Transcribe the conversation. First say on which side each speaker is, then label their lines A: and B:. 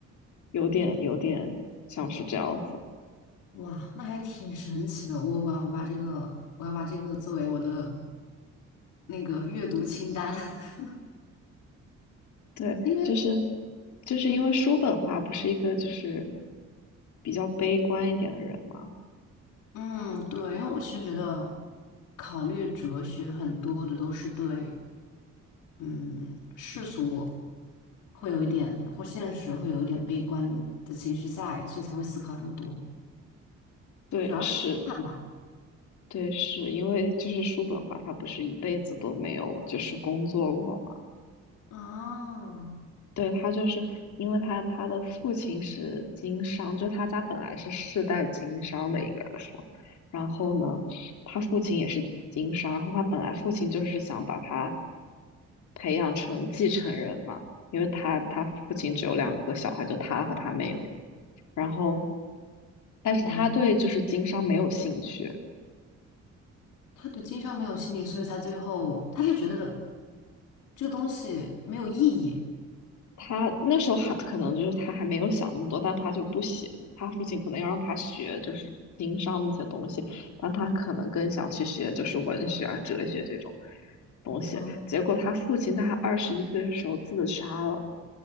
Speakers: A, on the left; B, on the left.
A: 有点有点像是这样子。
B: 哇，那还挺神奇的。我我要把这个，我要把这个作为我的那个阅读清单，<laughs>
A: 对，
B: 因为
A: 就是就是因为叔本华不是一个就是
B: 嗯
A: 比较悲观一点的人嘛，
B: 嗯，对，因为我其实觉得考虑哲学很多的都是对嗯世俗会有一点或现实会有一点悲观的情绪在，所以才会思考这么多，
A: 对，
B: 主要是批判吧。
A: 是。对，是因为就是叔本华他不是一辈子都没有就是工作过嘛，
B: 啊，
A: 对，他就是因为他他的父亲是经商，就他家本来是世代经商的，应该说。然后呢，他父亲也是经商，然后他本来父亲就是想把他培养成继承人嘛，因为他他父亲只有两个小孩，就他和他妹妹。然后，但是他对就是经商没有兴趣，
B: 明白他对经商没有兴趣，所以他最后他是觉得这个东西没有意义。
A: 他那时候还可能就是他还没有想那么多，但他就不喜，他父亲可能要让他学就是经商那些东西，但他可能更想去学就是文学啊、哲学这种东西。
B: 哦
A: 结果他父亲在他二十一岁的时候自杀了，